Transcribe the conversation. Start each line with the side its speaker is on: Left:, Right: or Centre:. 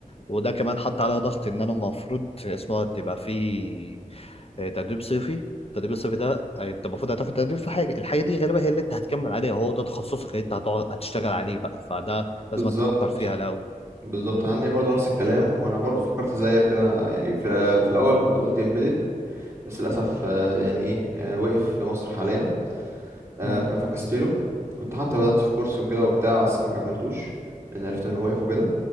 Left: وده كمان حط عليها ضغط ان انا المفروض اسمها تبقى في آه، تدريب صيفي التدريب الصيفي ده آه، انت المفروض هتاخد تدريب في حاجه الحاجه دي غالبا هي اللي انت هتكمل عليها هو ده تخصصك اللي انت هتقعد هتشتغل عليه بقى فده لازم
Right: بالظبط
Left: انت تفكر فيها الاول
Right: بالظبط
Left: امم
Right: أنا عندي برضه نفس الكلام وأنا برضه فكرت زيك كده يعني في, في الأول كنت قلت إمبيدد بس للأسف آه، يعني إيه آه، وقف في مصر حاليا آه،
Left: امم
Right: ف- فكستله كنت حتى بدأت في كورس وكده وبتاع بس ما كملتوش لأن عرفت إنه وقف وكده